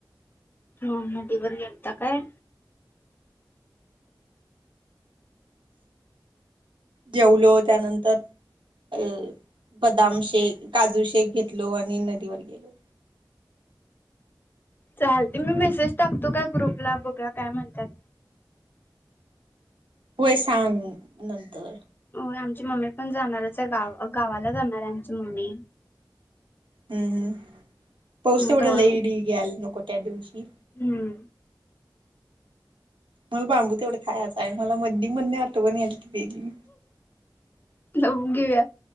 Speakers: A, on the left (about 25°); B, on the right (about 85°).
A: हम्म. नदीवर केलता काय?
B: <inaudible> जेवलो त्यानंतर अ बदाम शेक, काजू शेक घेतलो आणि नदीवर गेलो.
A: चालते. मी मेसेज टाकतो काय ग्रुपला? बघूया काय म्हणत्यात?
B: व्हंय सांग नंतर.
A: व्हंय आमची मम्मी पण जाणारच आहे, गाव गावाला जाणार आहे आमची मम्मी.
B: हम्म हम्म. पाऊस
A: मग
B: तेवढ
A: तवा
B: लई धीग यायला नको त्या दिवशी.
A: हम्म.
B: मला बांबू तेवढ खायचा आहे. मला मदनी मदनी आठवण यालती त्याची.
A: लावून घेऊया.